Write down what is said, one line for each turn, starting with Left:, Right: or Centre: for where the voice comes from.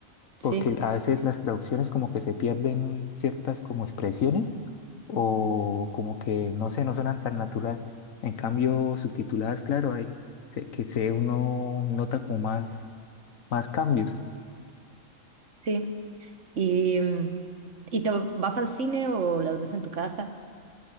Right: Sí,
Left: porque a veces las traducciones como que se pierden ciertas como expresiones o como que no sé, no suenan tan natural. En cambio, subtituladas, claro, hay se- que se uno nota como más, más cambios.
Right: sí. ¿Y, mm, y te vas al cine o las ves en tu casa?